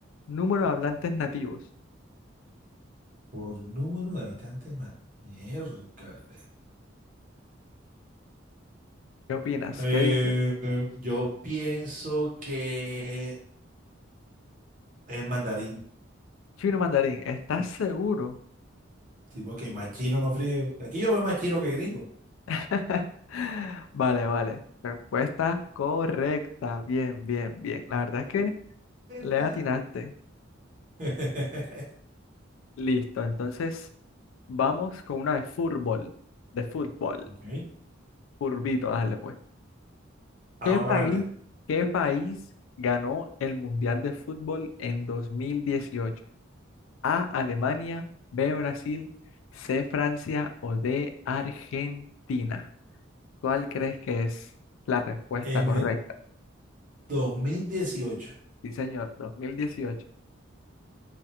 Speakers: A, on the left (about 75°); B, on the right (about 40°).
A: número de hablantes nativos.
B: Por número de habitantes, man. Miércale.
A: ¿Qué opinas?
B: Eh,
A: ¿Qué dices?
B: yo pienso que es mandarín.
A: Chino mandarín, ¿estás seguro?
B: Sí, porque más chino no frío. Aquí yo veo más chino que gringo.
A: <laughs> Vale, vale. Respuesta correcta. Bien, bien, bien. La verdad es que
B: Epa.
A: le atinaste.
B: <laughs>
A: Listo, entonces vamos con una de fútbol. De fútbol.
B: Ok,
A: Curvito, dale pues.
B: vamos
A: ¿Qué país,
B: para adelante.
A: qué país ganó el Mundial de Fútbol en 2018? A, Alemania, B, Brasil, C, Francia o D, Argentina. ¿Cuál crees que es la respuesta
B: En
A: correcta?
B: el 2018.
A: Sí, señor, 2018.